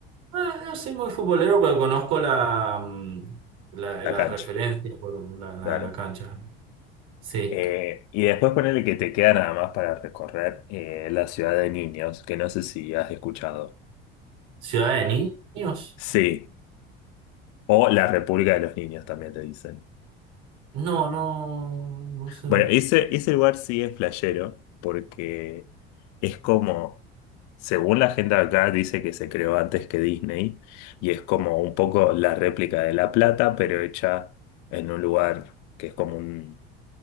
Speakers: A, on the right; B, on the left.
A: Ah, no soy muy futbolero, pero conozco la, mm, la,
B: la
A: las
B: cancha,
A: referencias por la, la,
B: claro.
A: la cancha, ¿no? Sí.
B: Eh, y después ponele que te queda nada más para recorrer eh, la ciudad de niños, que no sé si has escuchado.
A: ¿Ciudad de niños?
B: Sí, o la República de los Niños también te dicen.
A: No, no, no sé.
B: Bueno,
A: Mm,
B: ese, ese lugar sí es flashero, porque es como, según la gente de acá, dice que se creó antes que Disney, y es como un poco la réplica de La Plata, pero hecha en un lugar que es como un,